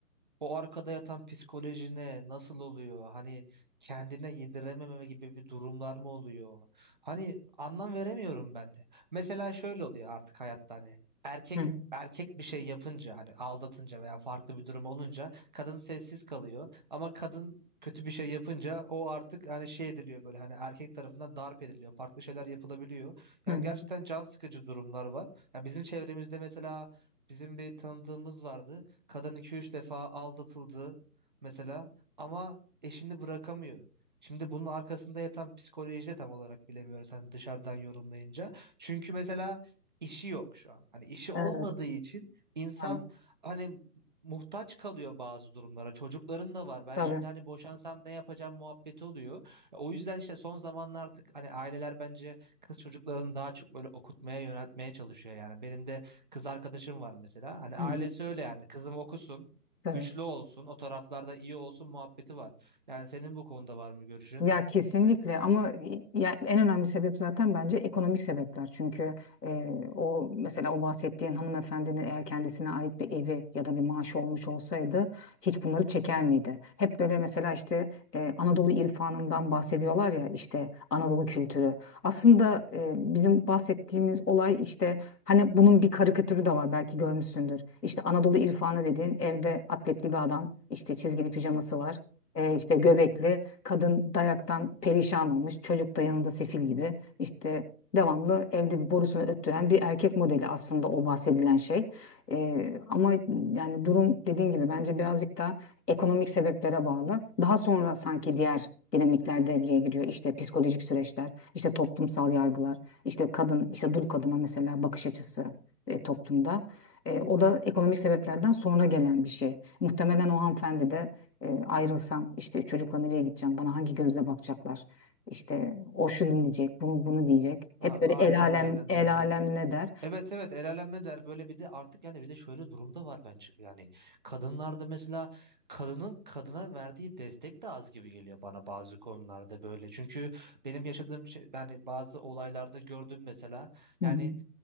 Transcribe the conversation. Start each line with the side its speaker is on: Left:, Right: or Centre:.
Right: o arkada yatan psikolojine nasıl oluyor? Hani kendine yedirememe gibi bir durumlar mı oluyor? Hani anlam veremiyorum ben de. Mesela şöyle oluyor artık hayatta hani erkek
Left: Hı hı.
Right: erkek bir şey yapınca hani aldatınca veya farklı bir durum olunca kadın sessiz kalıyor ama kadın kötü bir şey yapınca o artık hani şey ediliyor böyle hani erkek tarafından darp ediliyor. Farklı şeyler yapılabiliyor.
Left: Hı
Right: Yani
Left: hı.
Right: gerçekten can sıkıcı durumlar var. Yani bizim çevremizde mesela bizim bir tanıdığımız vardı. Kadın iki üç defa aldatıldı mesela ama eşini bırakamıyor. Şimdi bunun arkasında yatan psikoloji de tam olarak bilemiyoruz hani dışarıdan yorumlayınca. Çünkü mesela işi yok şu an. Hani işi olmadığı
Left: Evet
Right: için insan
Left: tabii
Right: hani muhtaç kalıyor bazı durumlara. Çocukların da var. Ben
Left: tabii
Right: şimdi hani boşansam ne yapacağım muhabbeti oluyor. E, O yüzden işte son zamanlar artık hani aileler bence kız çocuklarını daha çok böyle okutmaya yöneltmeye çalışıyor yani. Benim de Kız arkadaşım var mesela. Hani ailesi
Left: Hı hı.
Right: öyle yani. Kızım okusun,
Left: tabii.
Right: güçlü olsun, o taraflarda iyi olsun muhabbeti var. Yani senin bu konuda var mı görüşün?
Left: Ya kesinlikle ama ya en önemli sebep zaten bence ekonomik sebepler. Çünkü e, o mesela o bahsettiğin hanımefendinin eğer kendisine ait bir evi ya da bir maaşı olmuş olsaydı hiç bunları çeker miydi? Hep böyle mesela işte e, Anadolu irfanından bahsediyorlar ya işte Anadolu kültürü. Aslında e, bizim bahsettiğimiz olay işte hani bunun bir karikatürü de var belki görmüşsündür. İşte Anadolu irfanı dediğin evde atletli bir adam işte çizgili pijaması var. E, işte göbekli. Kadın dayaktan perişan olmuş. Çocuk da yanında sefil gibi. İşte devamlı evde bir borusunu öttüren bir erkek modeli aslında o bahsedilen şey. Ee, ama yani durum dediğin gibi bence birazcık da ekonomik sebeplere bağlı. Daha sonra sanki diğer dinamikler devreye giriyor. İşte psikolojik süreçler, işte toplumsal yargılar, işte kadın, işte dul kadına mesela bakış açısı e, toplumda. E, o da ekonomik sebeplerden sonra gelen bir şey. Muhtemelen o hanımefendi de e, ayrılsam işte çocukla nereye gideceğim? Bana hangi gözle bakacaklar? İşte o şunu diyecek, bunu bunu diyecek. Hep
Right: Ha,
Left: böyle
Right: aynen
Left: el alem
Right: aynen
Left: el
Right: yani.
Left: alem ne der?
Right: Evet evet el alem der böyle bir de artık yani bir de şöyle durumda var bence yani kadınlarda mesela kadının kadına verdiği destek de az gibi geliyor bana bazı konularda böyle çünkü benim yaşadığım şey yani bazı olaylarda gördüm mesela
Left: hı.
Right: yani